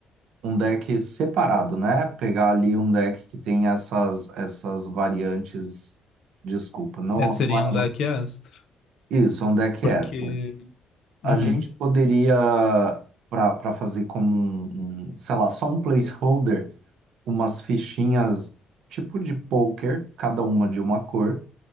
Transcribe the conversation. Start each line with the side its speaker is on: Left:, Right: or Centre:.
Right: um deck separado, né? Pegar ali um deck que tem essas, essas variantes. Desculpa, não,
Left: É, seriam
Right: não é
Left: da Astra.
Right: Isso, é um deck
Left: Porque.
Right: extra.
Left: Uhum.
Right: A gente poderia, para fazer como um, um, sei lá, só um placeholder, umas fichinhas tipo de poker, cada uma de uma cor.